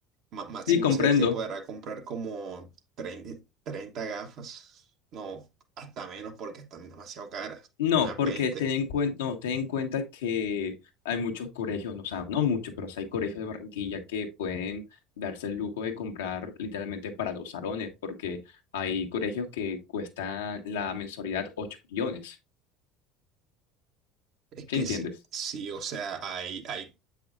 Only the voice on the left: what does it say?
Y comprendo
No,
porque
ten en cuenta, no, ten en cuenta que hay muchos colegios, no, o sea, no muchos, pero sí hay colegios de Barranquilla que pueden darse el lujo de comprar literalmente para dos salones, porque hay colegios que cuestan la mensualidad 8 millones,
¿sí
entiendes?